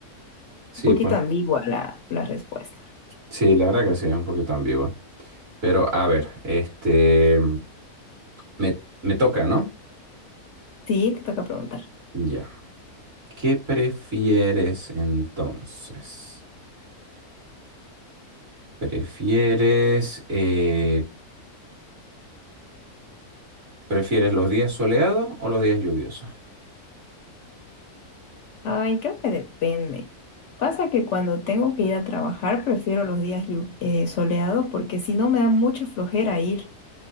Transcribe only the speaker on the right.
Sí,
pues.
Sí, la verdad que sí, es un poquito ambigua. Pero a ver, este, me, me toca, ¿no?
Ya. ¿Qué prefieres entonces? ¿Prefieres, eh, prefieres los días soleados o los días lluviosos?